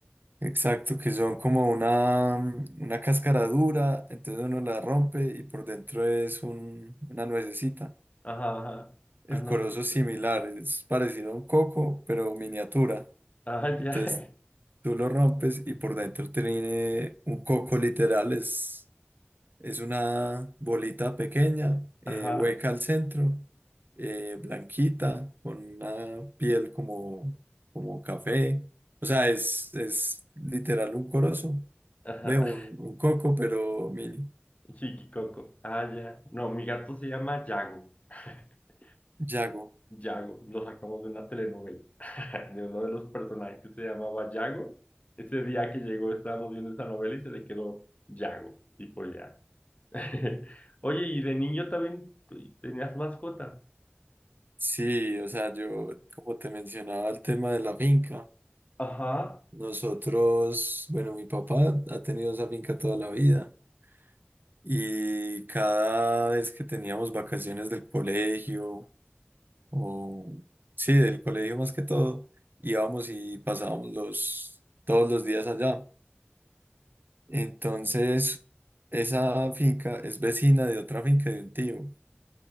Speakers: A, on the right (about 50°); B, on the left (about 35°).
A: Exacto, que son como una, una cáscara dura, entonces uno la rompe y por dentro es un- una nuececita.
B: Ajá, ajá.
A: El
B: Ah, no,
A: corozo
B: súper.
A: es similar, es parecido a un coco, pero miniatura.
B: Ah,
A: Entonces
B: ya.
A: tú lo rompes y por dentro tiene un coco literal, es, es una bolita pequeña, eh,
B: <laughs> Ajá,
A: hueca al centro, eh, blanquita, con una piel como, como café. O sea, es, es literal un corozo,
B: ajá.
A: ve un, un coco, pero mini.
B: Chiquicoco. Ah, ya. No, mi gato se llama Yago. <laughs>
A: Yago.
B: Yago, lo sacamos de una telenovela, <laughs> de uno de los personajes que se llamaba Yago. Ese día que llegó estábamos viendo esa novela y se le quedó Yago. Y pues ya. <laughs> Oye, ¿y de niño también tenías mascotas?
A: Sí, o sea, yo como te mencionaba el tema de la finca.
B: Ajá,
A: Nosotros, bueno, mi papá ha tenido esa finca toda la vida y cada vez que teníamos vacaciones del colegio o sí, del colegio más que todo, íbamos y pasábamos los todos los días allá. Entonces, esa finca es vecina de otra finca de un tío